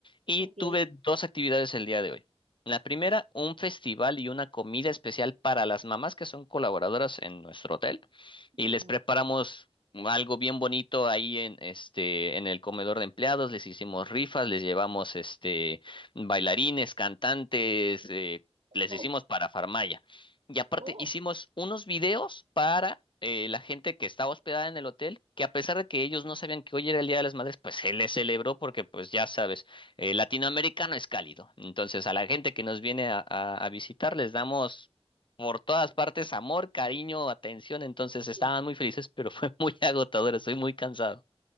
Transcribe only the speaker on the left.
Y
tuve dos actividades el día de hoy. La primera,
un festival y una comida especial para las mamás que son colaboradoras en nuestro hotel y
les preparamos algo bien bonito ahí en este en el comedor de empleados, les hicimos rifas, les llevamos este bailarines, cantantes, eh, les
hicimos parafarmaya. Y aparte
hicimos unos videos para eh, la gente que estaba hospedada en el hotel, que a pesar de que ellos no sabían que hoy era el Día de las Madres, pues se les celebró porque pues ya sabes, eh, latinoamericano es cálido. Entonces a la gente que nos viene a, a- a visitar les damos por todas partes amor, cariño, atención. Entonces estaban
muy felices, pero fue <laughs> muy agotador, estoy muy cansado.